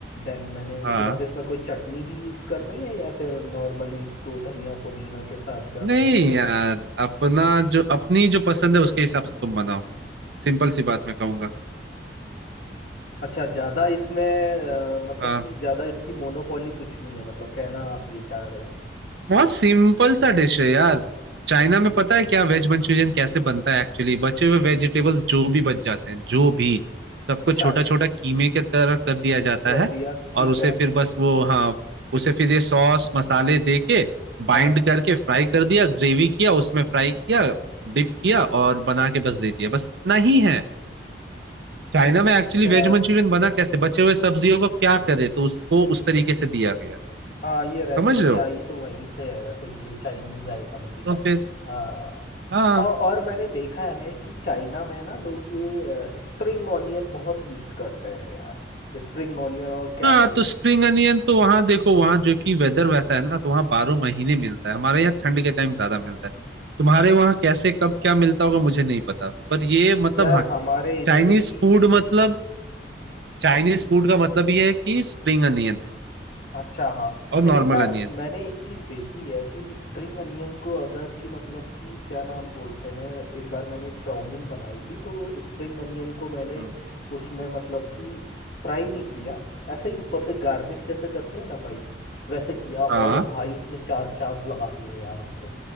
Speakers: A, on the left; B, on the right.
A: देन मैंने
B: हाँ
A: उसके बाद इसमें कोई चटनी भी यूज़ करनी है या फिर नॉर्मली इसको धनिया पुदीना के साथ गार्निश
B: नहीं
A: करना
B: यार अपना जो अपनी जो पसंद है उसके हिसाब से तुम बनाओ सिंपल सी बात मैं कहूंगा
A: अच्छा ज़्यादा इसमें अ, मतलब
B: हाँ
A: कि ज़्यादा इसकी मोनोपोली कुछ नहीं है मतलब कहना आप ये चाह रहे हो
B: बहुत सिंपल सा डिश है यार चाइना में पता है क्या वेज मंचूरियन कैसे बनता है एक्चुअली बचे हुए वेजिटेबल्स जो भी बच जाते हैं जो भी सबको
A: अच्छा
B: छोटा छोटा कीमे के तरह कर दिया जाता
A: कर
B: है
A: दिया ठीक
B: और उसे
A: है
B: फिर बस वो हाँ उसे फिर ये सॉस मसाले दे के बाइंड
A: हाँ
B: करके फ्राई कर दिया ग्रेवी किया उसमें फ्राई किया डिप किया और बना के बस दे दिया बस इतना ही है चाइना
A: अच्छा
B: में एक्चुअली वेज मंचूरियन बना कैसे बचे हुए सब्जियों को क्या करे तो उसको उस तरीके से दिया गया
A: हाँ ये रेसिपी
B: समझ रहे हो
A: आई तो वहीं से है वैसे भी ये चाइनीज आइटम की ना
B: तो फिर
A: हाँ
B: हाँ
A: और और मैंने देखा है कि चाइना में ना लोग ये स्प्रिंग ऑनियन बहुत यूज करते हैं यार स्प्रिंग ऑनियन और कैबरेज
B: हाँ तो स्प्रिंग अनियन तो वहाँ देखो वहाँ जो कि वेदर वैसा है ना तो वहाँ बारह महीने मिलता है हमारे यहाँ ठंड के टाइम ज्यादा मिलता है तुम्हारे वहाँ कैसे कब क्या मिलता होगा मुझे नहीं पता पर ये मतलब
A: यार
B: हाँ
A: हमारे इधर
B: चाइनीज
A: भी
B: फूड मतलब चाइनीज फूड का मतलब ये है कि स्प्रिंग अनियन
A: अच्छा हाँ
B: और
A: लेकिन
B: नॉर्मल
A: ना
B: अनियन
A: मैंने एक चीज देखी है कि स्प्रिंग अनियन को अगर कि मतलब कि क्या नाम बोलते हैं एक बार मैंने चाउमीन बनाई थी तो स्प्रिंग अनियन को मैंने
B: हम्म,
A: उसमें मतलब कि फ्राई नहीं किया ऐसे ही ऊपर से गार्निश जैसे करते हैं ना भाई वैसे किया और
B: हाँ
A: भाई उसने चार चांद लगा दिए यार उस पे